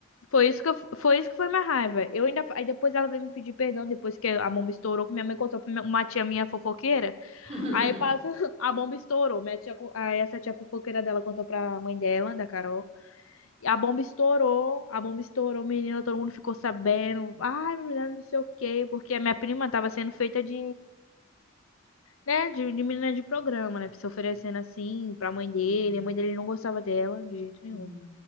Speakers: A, on the left (about 75°); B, on the right (about 30°).
A: foi isso que eu, foi isso que foi minha raiva. Eu ainda, aí depois ela veio me pedir perdão depois que a bomba estourou, que minha mãe contou pra minha- uma tia minha fofoqueira.
B: <laughs>
A: Aí passa, <laughs> a bomba estourou. Minha tia, co- aí essa tia fofoqueira dela contou pra mãe dela, da Carol. E a bomba estourou, a bomba estourou, menina, todo mundo ficou sabendo. Ai, menina, não sei o quê, porque a minha prima tava sendo feita de, né, de, de menina de programa, né, se oferecendo assim pra mãe dele.
B: Uhum,
A: A mãe dele não gostava dela de jeito nenhum.
B: uhum,